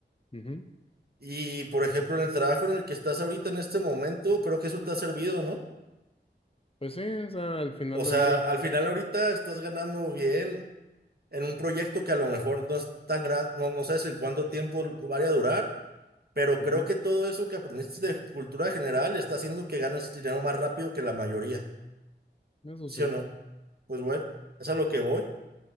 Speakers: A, on the left; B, on the right.
A: ujú,
B: Y por ejemplo, en el trabajo en el que estás ahorita en este momento, creo que eso te ha servido, ¿no?
A: Pues sí, o sea, al final
B: O sea,
A: del día,
B: al final ahorita estás ganando bien en un proyecto que a lo mejor no es tan grande, no, no sé si cuánto tiempo vaya a durar, pero
A: ujú,
B: creo que todo eso que aprendiste de cultura general está haciendo que ganes dinero más rápido que la mayoría,
A: Eso
B: ¿sí
A: sí,
B: o no? Pues bueno, es a lo que voy.